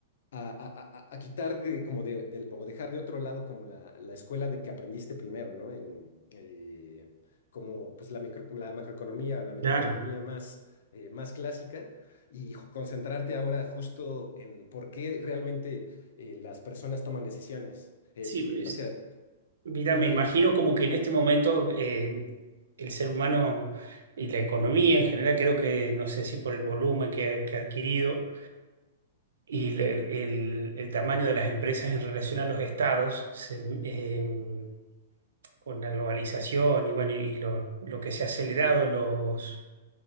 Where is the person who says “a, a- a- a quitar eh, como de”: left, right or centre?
Left